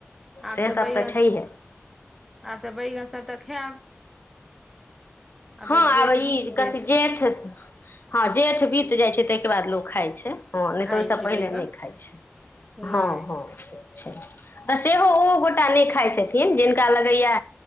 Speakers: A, in the centre; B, on the left.
A: आब
B: से
A: तऽ
B: सब
A: बैगन
B: छैहे
A: आब तऽ बैगन सभ तऽ खायब।
B: हँ
A: तऽ
B: आब
A: जेठ
B: ई
A: बीत
B: कथी
A: गेल
B: जेठ हँ जेठ बीत जाइ छै तऽ। करारलो। खाइ छै हँ नहि
A: खाइ
B: तऽ ओहिसँ
A: छै
B: पहिले
A: बैगन
B: नहि खाइ छै
A: नहि
B: हँ हँ से। तऽ सेहो ओ गोटा नहि खाइत छथिन जिनका लगैया